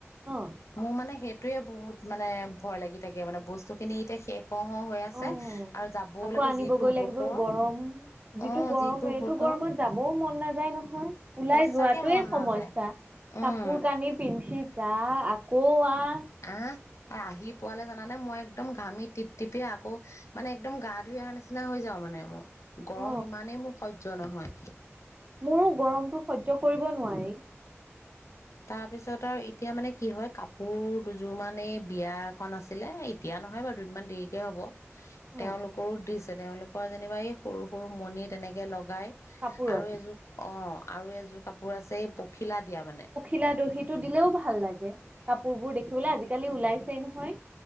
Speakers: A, on the right (about 35°); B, on the left (about 75°).
A: অ
B: মোৰ মানে সেইটো বহুত মানে ভয় লাগি থাকে মানে বস্তু খিনি এতিয়া শেষ হৈ আছে
A: অ
B: আৰু যাবও
A: আকৌ
B: লাগে
A: আনিবগৈ
B: যিটো বতৰ
A: লাগিব গৰম যিটো
B: অ
A: গৰম এইটো
B: বতৰ
A: গৰমত যাবও মন মন নাযায় নহয় ওলাই
B: সঁচাকে
A: যোৱাটোৱে
B: মন নাযায়
A: সমস্যা
B: উম
A: কাপোৰ কানি পিন্ধি যা আকৌ আহ
B: আহ আহি পোৱালে জানে মই একদম ঘামি টিপ টিপি আকৌ মানে একদম গা ধুই অহা নিচিনা হৈ যাও মানে মই গৰম
A: অ
B: ইমানেই মোৰ সহ্্য সহ্য নহয়
A: মোৰো গৰমটো সহ্য কৰিব নোৱাৰি
B: তাৰপিছত আৰু এতিয়া মানে কি হয় কাপোৰ দুযোৰ মান এই বিয়া এখন আছিলে এতিয়া নহয় বাৰু দুদিনমান দেৰিকে হ'ব
A: অ
B: তেওঁলোকৰো দৃশ তেওঁলোকৰ যেনিবা এই সৰু-সৰু মণি তেনেকে লগ লগাই
A: কাপোৰত
B: আৰু এযোৰ অ'। আৰু এইযোৰ কাপোৰ আছে এই পক্ষী শিলা দিয়া মানে।
A: দিয়া দহি টো দিলেও ভাল লাগে, কাপোৰ বোৰ দেখিবলৈ আজিকালি ওলাইছেই নহয়।